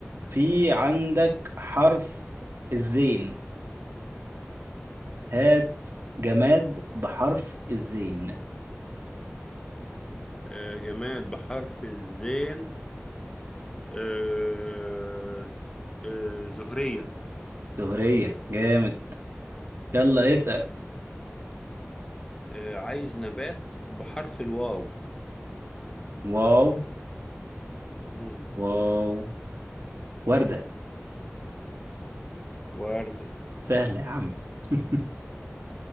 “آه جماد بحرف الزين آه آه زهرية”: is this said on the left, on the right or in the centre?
Left